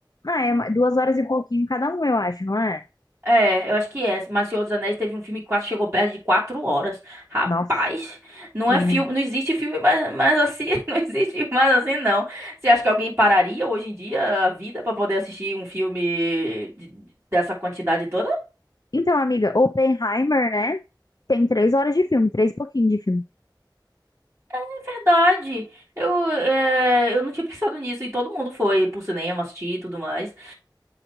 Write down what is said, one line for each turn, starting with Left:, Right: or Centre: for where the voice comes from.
Left: ah, é uma- duas horas e pouquinho cada um, eu acho, não é?
Right: É, eu acho que é. Mas Senhor dos Anéis teve um filme que quase chegou perto de quatro horas. Rapaz,
Left: Nossa,
Right: não
Left: é,
Right: é filme,
Left: mu-
Right: não existe filme mais, mais assim, <laughs> não existe mais assim, não. Você acha que alguém pararia hoje em dia a vida pra poder assistir um filme de- dessa quantidade toda?
Left: Então, amiga, Oppenheimer, né? Tem três horas de filme, três e pouquinho de filme.
Right: É verdade. Eu, é, eu não tinha pensado nisso e todo mundo foi pro cinema assistir e tudo mais.